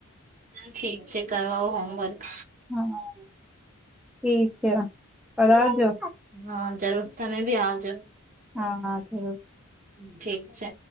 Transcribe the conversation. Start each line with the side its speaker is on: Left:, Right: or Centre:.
Right: ઠીક છે કરવા હોમવર્ક
Centre: હા ઠીક છે પર આજો
Right: હા જરૂર તમે બી આવજો
Centre: હા થયું
Right: ઠીક છે